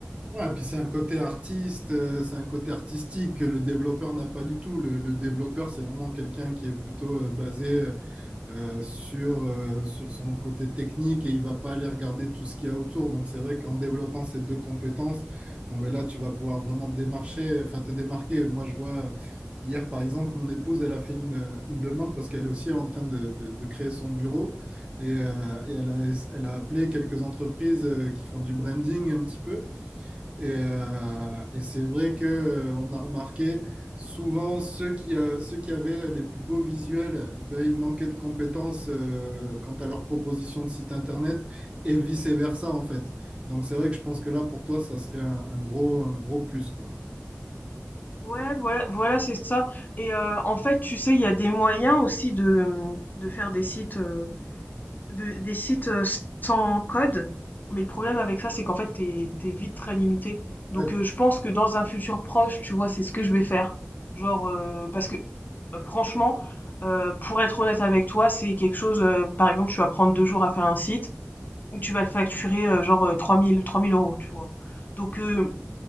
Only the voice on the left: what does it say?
Ouais, voilà, voilà, c'est ça. Et euh, en fait, tu sais, il y a des moyens aussi de, de faire des sites. euh, De des sites, heu, sans code, mais le problème avec ça, c'est qu'en fait, t'es es vite très limité. Donc
heu, je pense que dans un futur proche, tu vois, c'est ce que je vais faire. Genre, heu, parce que, heu, franchement, heu, pour être honnête avec toi, c'est quelque chose, heu, par exemple, tu vas prendre 2 jours à faire un site, ou tu vas le facturer, heu, genre, euh, trois mille trois mille euros tu vois? Donc heu,